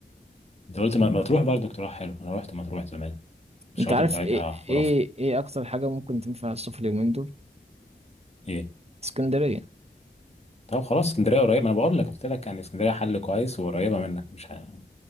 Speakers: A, on the left; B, on the right.
A: انت قلت ما ما تروح برضه اقتراح حلو انا رحت ما تروح زمان الشواطئ
B: انت عارف
A: بتاعتها
B: ايه
A: خرافة
B: ايه ايه اكتر حاجة ممكن تنفع الصيف اليومين دول
A: ايه
B: اسكندرية
A: طب خلاص اسكندرية قريبة ما انا بقول لك قلت لك يعني اسكندرية حل كويس وقريبة منك مش ه...